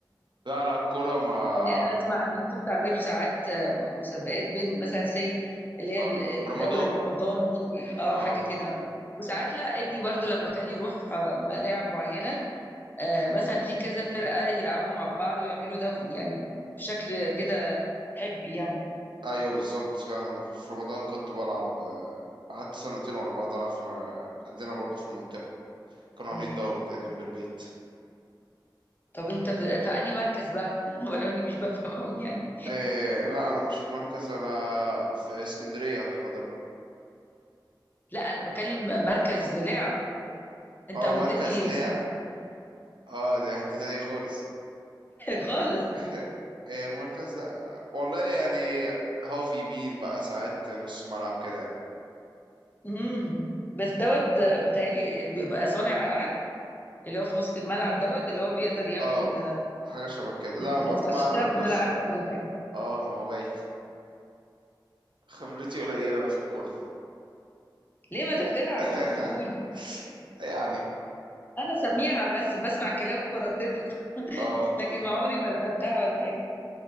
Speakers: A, on the right; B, on the left.
A: لا لا الكوره ما
B: يعني انا اسمع ان انتوا بتعملوا ساعات آه، مسابقات بين مثلا سي اللي هي
A: اه
B: ال- الدوري
A: في رمضان
B: الرمضاني اه
A: اه
B: حاجه كده وساعات لا ابني برضو لما كان يروح آه، ملاعب معينه آه، مثلا في كذا فرقه يلعبوا مع بعض ويعملوا دوري يعني بشكل كده حبي يعني
A: ايوه بالظبط فعلا في رمضان كنت بلعب آه، قعدت سنتين ورا بعض العب في ما- عندنا برضه في المنطقه كانوا
B: مم.
A: عاملين دوره كده جنب البيت
B: طب انت بت- في انهي مركز بقى <laughs> ولو اني مش بفهم أوي يعني
A: إيه لا انا مش في مركز انا في اسكندريه الحاضره
B: لا انا بكلم مركز لعب انت
A: اه
B: وديتني
A: مركز لعب
B: <laughs>
A: اه دي حته تانية خالص
B: خالص
A: <laughs> إيه، مركز والله يعني هاف يمين بقى ساعات نص ملعب كده يعني
B: امم بس دوت آه، متهيألي بيبقى صانع العاب اللي هو في وسط الملعب دوت اللي هو بيقدر يعمل
A: اه
B: آه،
A: حاجة شبه كده لا
B: مم،
A: ما
B: شفت عشان
A: ما-
B: تعرف
A: بص
B: ان انا عارفه كل حاجه
A: اه ما هو بايت خبرتي قليلة انا في الكورة
B: ليه ما انت بتلعب
A: <laughs>
B: اهو وتقول
A: يعني
B: انا سميعه بس بسمع كلامه وبردده <laughs>
A: اه
B: لكن ما عمري ما لعبتها ولا حاجه